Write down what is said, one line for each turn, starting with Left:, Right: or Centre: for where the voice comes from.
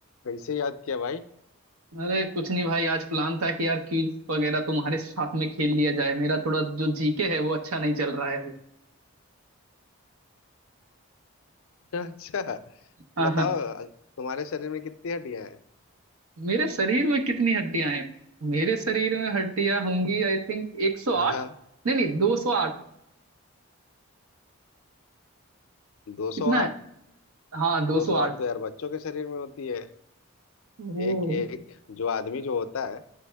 Left: कैसे याद किया भाई
Right: अरे कुछ नहीं भाई आज प्लान था कि यार क्विज वगैरह तुम्हारे साथ में खेल लिया जाए मेरा थोड़ा जो जीके है वो अच्छा नहीं चल रहा है अभी
Left: <laughs> अच्छा
Right: हाँ
Left: बताओ
Right: हाँ
Left: तुम्हारे शरीर में कितनी हड्डियां हैं
Right: मेरे शरीर में कितनी हड्डियां हैं मेरे शरीर में हड्डियां होंगी आई थिंक 108
Left: हाँ
Right: नहीं नहीं 208
Left: दो
Right: कितना
Left: सौ
Right: है
Left: आठ
Right: हाँ 208
Left: दो सौ आठ तो यार बच्चों के शरीर में होती है
Right: ओ
Left: एक एक जो आदमी जो होता है